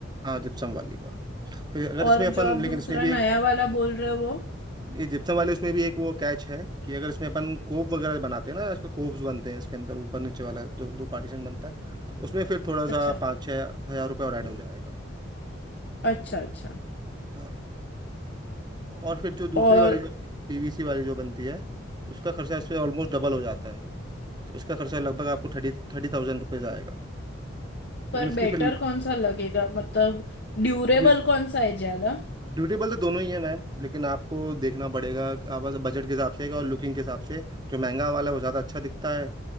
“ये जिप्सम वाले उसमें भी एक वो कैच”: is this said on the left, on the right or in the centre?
Right